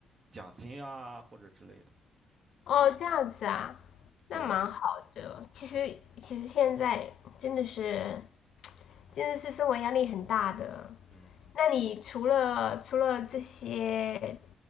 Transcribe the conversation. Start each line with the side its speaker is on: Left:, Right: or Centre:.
Right: 奖金啊或者之类的，
Left: 哦，这样子啊，那蛮好的。
Right: 对，
Left: 其实其实现在真的是真的是生活压力很大的。
Right: 嗯哼。
Left: 那你除了除了这些